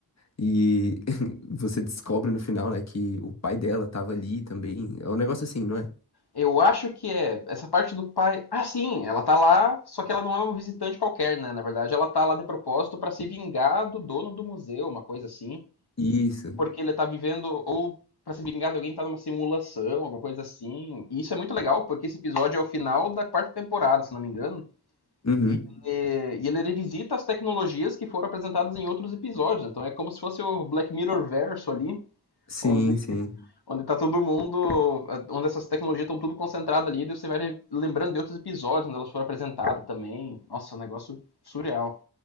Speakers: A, on the left (about 40°); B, on the left (about 70°).
A: E <laughs> você descobre no final, né, que o pai dela tava ali também. É um negócio assim, não é?
B: Eu acho que é essa parte do pai. Ah, sim, ela tá lá, só que ela não é uma visitante qualquer, né? Na verdade, ela tá lá de propósito pra se vingar do dono do museu, uma coisa assim.
A: Isso.
B: Porque ele tá vivendo, ou pra se vingar de alguém que tá numa simulação, alguma coisa assim. E isso é muito legal, porque esse episódio é o final da quarta temporada, se não me engano.
A: Uhum.
B: E ele, e ele revisita as tecnologias que foram apresentadas em outros episódios. Então é como se fosse o Black Mirror verso ali,
A: Sim,
B: onde,
A: sim.
B: onde tá todo mundo. onde essas tecnologias estão tudo concentradas ali, e você vai lembrando de outros episódios onde elas foram apresentadas também. Nossa, um negócio surreal.